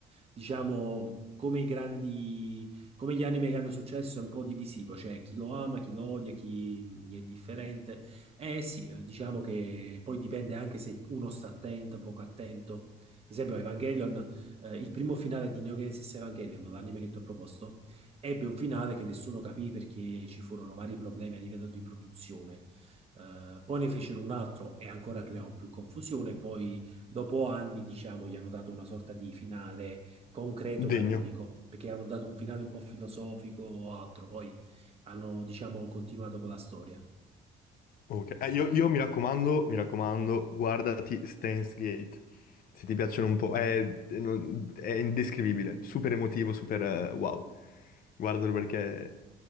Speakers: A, on the right; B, on the left.
A: diciamo, come i grandi, come gli anime che hanno successo, è un po' divisivo, cioè chi lo ama, chi lo odia, chi gli è indifferente. Eh sì, eh, diciamo che poi dipende anche se uno sta attento, poco attento. Ad esempio, Evangelion, eh, il primo finale di Neo Genesis Evangelion, l'anime che ti ho proposto, ebbe un finale che nessuno capì perché ci furono vari problemi a livello di produzione eh, poi ne fecero un altro e ancora creò più confusione. Poi, dopo anni, diciamo, gli hanno dato una sorta di finale concreto canonico,
B: Degno.
A: perché avevano dato un finale un po' filosofico o altro. Poi hanno, diciamo, continuato con la storia.
B: Ok. Eh, io, io mi raccomando, mi raccomando, guardati Steins Gate. Se ti piacciono un po'. È, è non- è indescrivibile. Super emotivo, super eh, wow. Guardalo perché